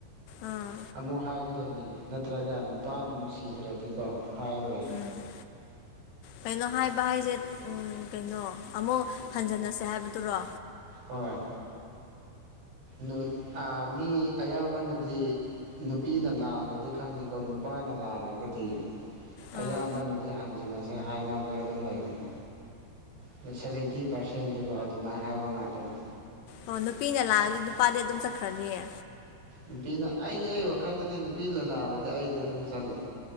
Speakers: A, on the left (about 80°); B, on the right (about 80°).
A: ꯑꯥ
B: ꯑꯃꯨꯛ ꯍꯥꯏꯈꯤꯗꯣꯏꯅꯤ ꯅꯠꯇ꯭ꯔꯒ ꯅꯨꯄꯥꯅ ꯅꯨꯡꯁꯤꯗ꯭ꯔꯗꯤꯀꯣ ꯍꯥꯏꯔꯣꯏ
A: ꯎꯝ ꯀꯩꯅꯣ ꯍꯥꯏꯕ ꯍꯥꯏꯁꯦ ꯀꯩꯅꯣ ꯑꯃꯨꯛ ꯍꯟꯖꯟꯅꯁꯦ ꯍꯥꯏꯕꯗꯨꯔꯣ
B: ꯍꯣꯏ ꯅꯨꯠ ꯃꯤ ꯑꯌꯥꯝꯕꯅꯗꯤ ꯅꯨꯄꯤꯅ ꯂꯥꯜꯂꯗꯤ ꯈꯪꯗꯦꯀꯣ ꯅꯨꯄꯥꯅ ꯂꯥꯜꯂꯒꯗꯤ
A: ꯑꯥ
B: ꯑꯌꯥꯝꯕꯅꯗꯤ ꯍꯟꯖꯤꯟꯅꯁꯦ ꯍꯥꯏꯅꯕ ꯑꯗꯨꯝ ꯂꯩꯕꯅꯤ ꯑꯗ ꯁꯚꯦꯟꯇꯤ ꯄꯥꯔꯁꯦꯟꯗꯨꯒ ꯑꯗꯨꯃꯥꯏꯅ ꯍꯥꯏꯕ ꯉꯥꯛꯇꯅꯤ
A: ꯑꯣ ꯅꯨꯄꯤꯅ ꯂꯥꯛꯑꯗꯤ ꯅꯨꯄꯥꯗꯤ ꯑꯗꯨꯝ ꯆꯠꯈ꯭ꯔꯅꯤꯌꯦ
B: ꯅꯨꯄꯤꯅ ꯑꯩꯒꯤ ꯑꯩ ꯋꯥꯈꯜꯗꯗꯤ ꯅꯨꯄꯤ ꯂꯥꯜꯂꯗꯤ ꯑꯩꯗꯤ ꯑꯗꯨꯝ ꯆꯜꯂꯦ